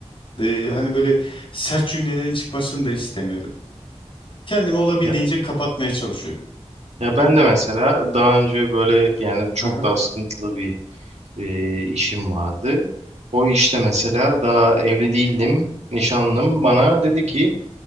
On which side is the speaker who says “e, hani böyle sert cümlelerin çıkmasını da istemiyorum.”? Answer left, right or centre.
Left